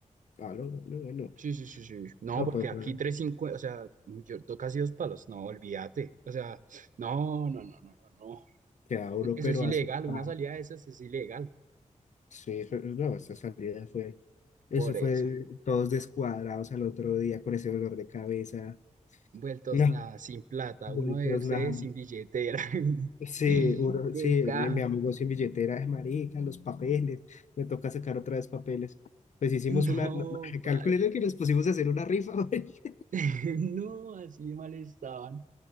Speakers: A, on the left (about 65°); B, on the right (about 80°).
A: Ah, no, bueno, bueno.
B: Sí, sí, sí, sí. No,
A: No,
B: porque
A: pues,
B: aquí
A: bueno,
B: 350, o sea, yo to- casi dos palos, no, olvídate. O sea, no, no, no, no, no, no.
A: queda duro,
B: E- Eso
A: pero
B: es ilegal,
A: asustado.
B: una salida de esas es ilegal.
A: Sí, fue- no, esa salida fue, eso
B: Por
A: fue
B: eso,
A: todos descuadrados al otro día con ese dolor de cabeza.
B: vueltos
A: No,
B: nada, sin plata,
A: vueltos
B: uno de ustedes
A: nada.
B: sin billetera.
A: Sí,
B: <laughs>
A: uno-
B: Qué
A: sí,
B: caja.
A: mi, mi amigo sin billetera, "Ay, marica, los papeles, me toca sacar otra vez papeles. Pues hicimos
B: No,
A: una,
B: paila.
A: calculé que nos pusimos a hacer una rifa, <laughs>
B: <laughs> No, así de mal estaban.